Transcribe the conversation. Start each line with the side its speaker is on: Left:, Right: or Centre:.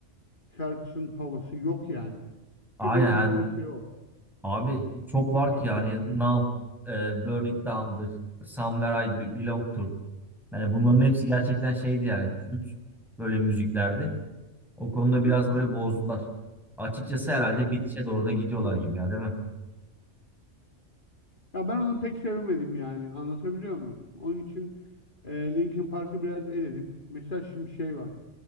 Left: şarkısının havası yok yani.
Centre: Aynen
Left: Ki benim
Centre: yani
Left: aradığım şey o.
Centre: abi çok
Left: Linkin
Centre: var
Left: Park'ta.
Centre: ki yani Numb, e, Burn It Down'dır, Somewhere I Be- Belong Tour. Yani bunların hepsi gerçekten şeydi yani kült böyle müziklerdi. O konuda
Left: Hı hı.
Centre: biraz böyle bozdular. Açıkçası
Left: Evet
Centre: herhalde
Left: abi.
Centre: bitişe doğru da gidiyorlar gibi ya değil mi?
Left: Ya ben onu pek sevemedim yani. Anlatabiliyor muyum? Onun için e, Linkin Park'ı biraz eledim. Mesela şimdi şey var.